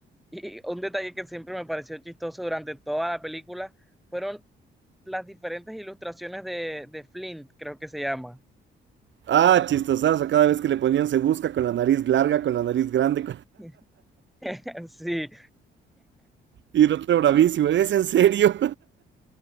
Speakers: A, in the centre; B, on the right (about 65°).
A: Y un detalle que siempre me pareció chistoso durante toda la película fueron las diferentes ilustraciones de, de Flint, creo que se llama.
B: Ah, chistosazo,
A: Sí.
B: cada vez que le ponían se busca con la nariz larga, con la nariz grande,
A: <laughs> Sí,
B: Y el otro bravísimo, ¿es en serio?